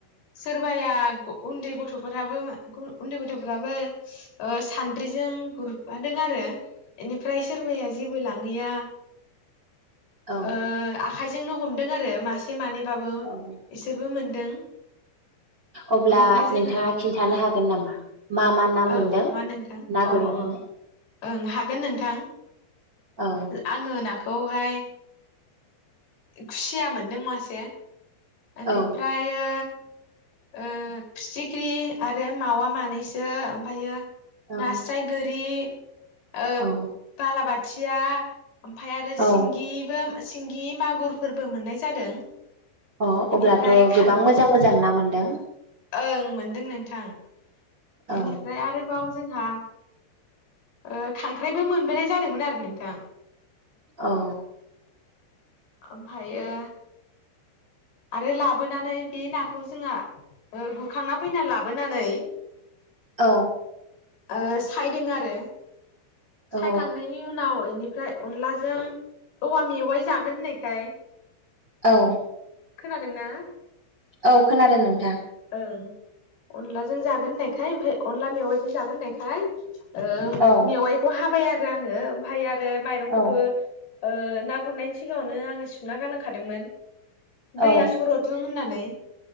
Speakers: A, on the left (about 60°); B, on the right (about 30°).
A: सोरबाया ग' उन्दै गथ'फोराबो मा ग' उन्दै गथ'फोराबो ओ सान्द्रिजों गुरफादों आरो। <unintelligible> एनिफ्राय सोरबाया जेबो लाङैआ
B: औ
A: ओ आख आइजोंनो हमदों आरो मासे मानैबाबो
B: औ
A: बिसोरबो मोनदों
B: अब्ला
A: ओमफ्राय जोंहा
B: नोंथाङा खिन्थानो
A: ओं
B: हागोन नामा मा मा ना
A: औ
B: मोनदों
A: मा नोंथां
B: ना
A: अ
B: गुरनानै
A: अ ओं हागोन नोंथां
B: औ
A: आंङो ना खौहाय खुसिया मोनदों मासे एनिफ्राययो
B: औ
A: ओ फिथिख्रि आरो मावा मानैसो ओमफायो
B: औ
A: नास्राय गोरि ओ
B: औ
A: बालाबा थिया ओमफाय आरो सिंगिबो
B: औ
A: सिं गि मागुरफोरबो मोननाय जादों।
B: अ अब्लाथ'
A: इनिफ्राय थां
B: गोबां मोजां मोजां ना मोनदों
A: ओं मोनदों नोंथां
B: औ
A: इनिफ्राय आरोबाव जोंहा ओ खांख्राइबो मोनबोनाय जादोंमोन आरो नोंथां।
B: औ
A: ओमफायो आरो लाबोनानै बे नाखौ जोंहा ओ गुरखांना फैना लाबोनानै
B: औ
A: ओ सायदों आरो सायखांनायनि
B: औ
A: उनाव एनि फ्राय अनलाजों औवा मेवाइ जागोन होननायखाय
B: औ
A: खोनादोंना?
B: औ खोनादों नोंथां।
A: ओं अनलाजों जागोन होननायखाय ओमफाय अनला मेवाइजों जागोन होननायखाय ओ
B: औ
A: मेवाइखौ हाबाय आ रो आङो आमफाय आ रो माइरंखौबो
B: औ
A: ओ ना गुरनायनि सिगाङावनो आङो सुना गालांखादोंमोन
B: औ
A: दैया सर'थों होननानै <unintelligible>